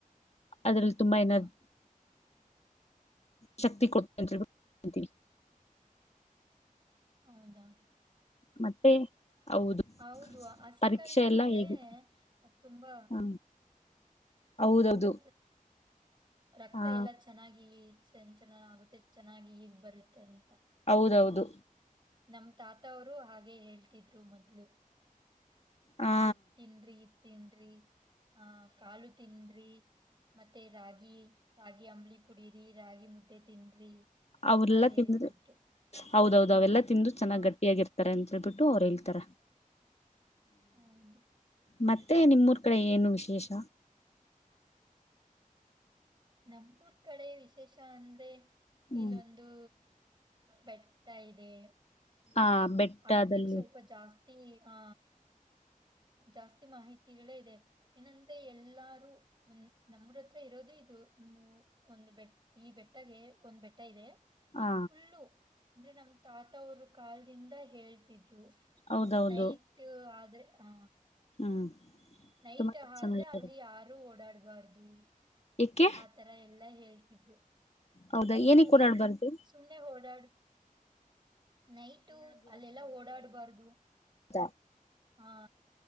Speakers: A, on the left; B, on the right.
A: ಅದ್ರಲ್ಲಿ ತುಂಬಾ ಏನಾರ್
B: ಹಾ
A: ಶಕ್ತಿ ಕೊಟ್ಟತ್ರಿರಿ
B: ಹೌದಾ
A: ಮತ್ತೆ ಹೌದು
B: ಹೌದು ಹಸಿಿಕಾಲ್
A: ಪರೀಕ್ಷೆ
B: ತಿಂದ್ರೆ
A: ಎಲ್ಲ ಹೇಗಿದೆ
B: ತುಂಬಾ
A: ಹ ಹೌದೌದು
B: ತುಂಬಾ ರಕ್ತ
A: ಹಾ
B: ಎಲ್ಲಾ ಚೆನ್ನಾಗಿ ಸಂಚಲನ ಆಗುತ್ತೆ ಚೆನ್ನಾಗಿ ಬರುತ್ತೆ ಅಂತ
A: ಹೌದೌದು
B: ನಮ ತಾತವರುೂ ಹಾಗೇ ಹೇಳ್ತಿದ್ರು ಮೊದ್ಲು
A: ಹಾ
B: ಅದು ತಿಂದ್ರಿ ಇ ತಿನ್ರಿ ಅಹ್ ಕಾಲು ತಿನ ರಿ ಮತ್ತೆ ರಾಗಿ ರಾಗಿ ಅಂಬಳಿ ಕುಡರಿ ರಾಗಿ ಮುದ್ದೆ ತಿನ ರಿ
A: ಅವರೆಲ್ಲಾ
B: ತರ ಹೇಳ್ತಿದ್ರು
A: ತಿಂದ್ರೆ ಹೌದೌದು ಅವೆಲ್ಲ ತಿಂದು ಚೆನ್ನಾಗಿ
B: ಹಾ,
A: ಗಟ್ಟಿಯಾಗಿರ್ತಾರೆ ಅಂತ ಬಿಟ್ಟು ಅವ್ರ ಹೇಳ್ತಾರ
B: ಹೌದು
A: ಮತ್ತೆ ನಿಮ್ಮೂರ್ ಕಡೆ ಏನು ವಿಶೇಷ
B: ನಮ್ಮೂರ್ ಕಡೆ ವಿಶೇಷ ಅಂದ್ರೆ
A: ಹ್ಮ್
B: ಇಲ್ಲೊಂದು ಬೆಟ್ಟ ಇದೆ
A: ಆ ಬೆಟ್ಟದಲ್ಲಿ
B: ಆ ಬೆಟ್ಟಿಕ್ ಸ್ವಲ್ಪ ಜಾಸ್ತಿ ಹಾ ಜಾಸ್ತಿ ಮಾಹಿತಿಗಳೇ ಇದೆ ಏನಂತೆ ಎಲ್ಲಾರು ಒಂದ್ ನಮ್ಮೂರ ಹತ್ರ ಇರೋದುೇ ಇದು ಒಂದು್ ಬೆಟ್ಟ ಈ ಬೆಟ್ಟಗೆ ಒಂದು್ ಬೆಟ್ಟ ಇದೆ
A: ಹ
B: ಹುಲ್ಲು ಅಂದ್ರೆ ನಮ್ ತಾತ ಅವರು ಕಾಲದಿಂದ ಹೇಳ್ತಿದ್ರಿ ರು
A: ಹೌದೌದು
B: ನೈಟ್ ಆದ್ರೆ ಆ
A: ಹ್ಮ್
B: ನೈಟ್
A: ತುಂಬಾ
B: ಆದ್ರೆ
A: ಚೆನ್ನಾಗಿದೆ
B: ಅಲ್ಲಿ ಯಾರು ಓಡಾಡ್ ವರ್ದು
A: ಏಕೆ
B: ಆತರ ಎಲ್ಲಾ ಹೇ ಹ ಹ
A: ಹೌದಾ
B: ಅದು
A: ಏನಕ್ಕೆ ಓಡಾಡ್ಬಾರ್ದು
B: ಸುಮ್ಮನೆ ಓಡಾಡು ನೈಟು ಅಲ್ಲೆಲ್ಲಾ ಓಡಾಡ್ಬಾರ್ದು
A: ದ
B: ಹಾ